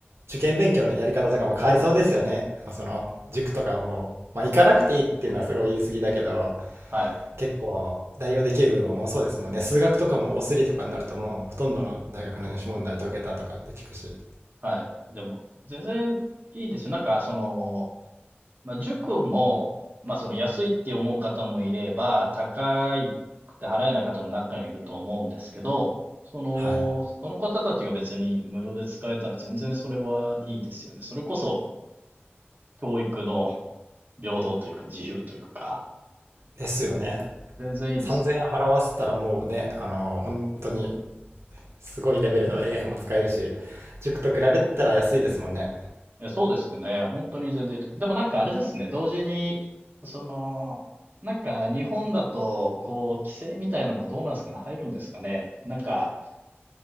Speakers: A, on the right (about 85°); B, on the right (about 45°).
A: 受験勉強のやり方とかも変わりそうですよね。その、塾とかも、まあ、行かなくていいっていうのはすごい言い過ぎだけど、
B: はい。
A: 結構代用できる部分も多そうですもんね。数学とかもすりとかになるともう、ほとんどの大学の入試問題解けたとかって聞くし。
B: はい。でも、全然いいですよ。なんか、その、まあ、塾も、まあ、その安いって思う方もいれば、高くて払えない方も中にはいると思うんですけど、その、
A: はい。
B: その方たちが別に無料で使えたら全然それはいいですよね。それこそ教育の平等というか自由というか、
A: ですよね。
B: 全然いいですよね。
A: 3000円払わせたらもうね、あの、本当にすごいレベルの AI も使えるし、塾と比べたら安いですもんね。
B: いやそうですよね。本当に全然いいと思う。でもなんかあれですね、同時に、その、なんか日本だと、こう、規制みたいなのもどうなんですかね、入るんですかね。なんか、